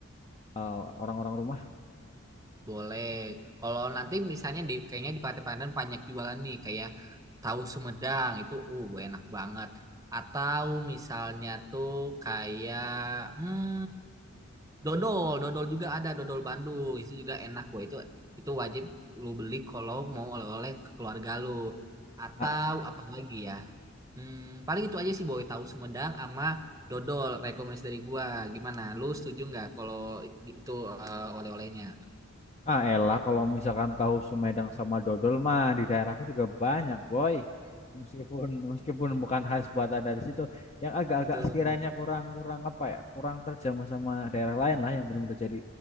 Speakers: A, on the left; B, on the right.
A: eh, orang-orang rumah
B: Boleh. Kalau nanti misalnya di kayaknya di Pantai Pandan banyak jualan nih kayak tahu Sumedang itu uh enak banget. Atau misalnya tuh kayak hmm, Dodol, dodol juga ada, dodol Bandung. Itu juga enak, gue itu itu wajib lu beli kalau mau oleh-oleh ke keluarga lu. Atau
A: Ah,
B: apa lagi ya? Hmm, paling itu aja sih boy, tahu Sumedang sama dodol rekomendasi dari gua. Gimana? Lu setuju nggak kalau itu eh, oleh-olehnya?
A: Ah, elah kalau misalkan tahu Sumedang sama dodol mah di daerahku juga banyak, boy. Meskipun meskipun bukan khas buatan dari situ, yang agak-agak
B: Betul.
A: sekiranya kurang-kurang apa ya, kurang terjamah sama daerah lain lah yang benar-benar jadi